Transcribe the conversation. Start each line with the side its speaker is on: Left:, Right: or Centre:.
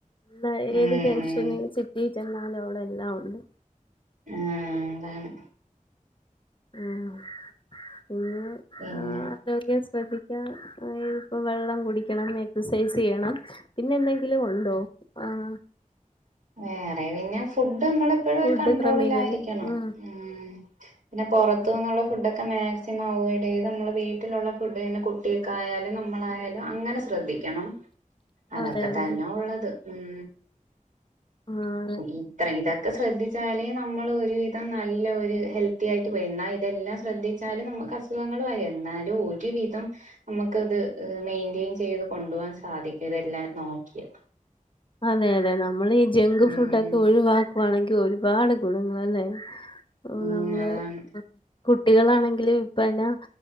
Left: ന്നാ
Right: ഉം
Left: ഏത് ജംഗ്ഷന്
Right: ഉം
Left: സിറ്റി ച്ചെന്നാലും അവിടെ എല്ലാം ഉണ്ട്.
Right: ആഹ് അതാണ്
Left: ആഹ് പിന്നെ
Right: പിന്നെ
Left: ആഹ് ആരോഗ്യം ശ്രദ്ധിക്കാ ഇപ്പ വെള്ളം കുടിക്കണം എക്സസൈസ് ചെയ്യണം. പിന്നെ എന്തെങ്കിലും ഉണ്ടോ ആഹ്
Right: ഹേ വേറെ പിന്നെ ഫുഡ് മ്മള് പ്പഴും
Left: ഫുഡ്
Right: ഒരു കൺണ്ട്രോളിലായിരിക്കണം
Left: ക്രമീകരി ഉം
Right: ഉ പിന്നെ പുറത്തു
Left: ആഹ്
Right: നിന്നുള്ള ഫുഡക്കെ ഒക്കെ മാക്സിമം അവയ്യ്ഡ് ചെയ്ത് നമ്മളുടെ വീട്ടിലുള്ള ഫുഡ്ന്നെ കുട്ടിയക്കെ ആയാലും നമ്മളായാലും അങ്ങനെ ശ്രദ്ധിക്കണം അതൊക്കെ
Left: അതെ അതെ അതെ
Right: തന്നെ
Left: അതെ
Right: ഉള്ളത് ഉം
Left: ആഹ്
Right: ഇത്രീല <unintelligible> ഒക്കെ ശ്രദ്ധിച്ചാലേ നമ്മള്ഒരുവിധം നല്ല ഒരു ഹെൽത്തി ആയിട്ട് വരുന്ന ഇതെല്ലാം ശ്രദ്ധിച്ചാലും നമുക്ക് അസുഖങ്ങൾ വര എന്നാലും ഒരുവിധം നമുക്കത് മെയിന്റ്റെയിൻ ചെയ്ത് കൊണ്ടുപോകവാൻ സാധിക്ക തെല്ലാം നോക്കിയ
Left: അതെയതെ നമ്മൾ ഈ ജങ്ക്
Right: ഉം
Left: ഫുഡൊക്കെ ഒഴിവാക്കുവാണെങ്കിൽ ഒരുപാട് ഗുണങ്ങളൾല്ലേ ആനമ്മള്
Right: ഉം അതാണ്
Left: കുട്ടികളാണെങ്കില് ഇപ്പനെ